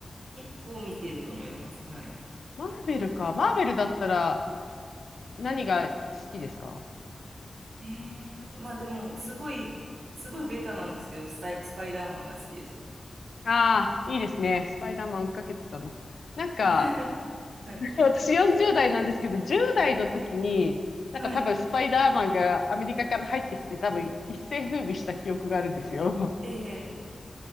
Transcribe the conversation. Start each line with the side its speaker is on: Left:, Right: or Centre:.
Right: 結構見てると思います。はい。
Left: マーベルか。マーベルだったら何が好きですか
Right: ええまあでも、すごい、すごいベタなんですけど、スタイ、スパイダーマンが好きですね。
Left: ああー、いいですね。スパイダーマン追っかけてたな。なんか、
Right: <laughs> はい。
Left: <laughs> 私40代なんですけど、10代の時に、なんか多分スパイダーマンがアメリカから入ってきて多分一世風靡した記憶があるんですよ。
Right: はい。ええ